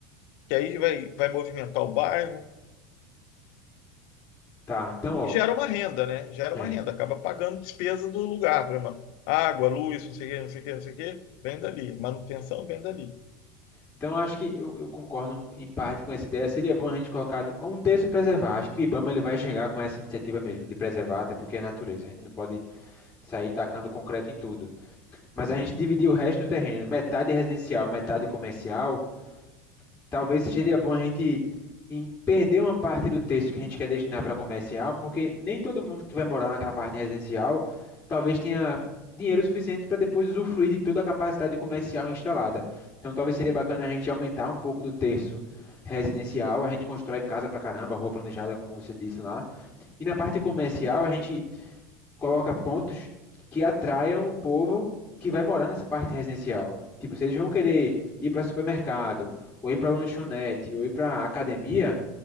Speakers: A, on the left; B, on the left.
A: que aí vai, vai movimentar o bairro
B: Tá. Então, ó.
A: e gera uma renda, né? Gera
B: É.
A: uma renda, acaba pagando despesa do lugar, por exemplo, água, luz, não sei o quê, não sei o quê, não sei o quê, vem dali. Manutenção vem dali.
B: Então, eu acho que eu, eu concordo em parte com essa ideia. Seria bom a gente colocar tipo, um texto preservar. Acho que o IBAMA ele vai chegar com essa iniciativa mesmo de preservar, até porque é natureza. A gente não pode sair tacando concreto em tudo. Mas a gente dividir o resto do terreno, metade residencial, metade comercial, Talvez seria bom a gente em- perder uma parte do texto que a gente quer destinar para comercial, porque nem todo mundo que vai morar naquela parte residencial talvez tenha dinheiro suficiente para depois usufruir de toda a capacidade comercial instalada. Então talvez seria bacana a gente aumentar um pouco do texto residencial, a gente constrói casa pra caramba, rua planejada, como você disse lá. E na parte comercial, a gente coloca pontos que atraiam o povo que vai morar nessa parte residencial. Tipo, se eles vão querer ir para supermercado, ou ir para lanchonete, ou ir para academia,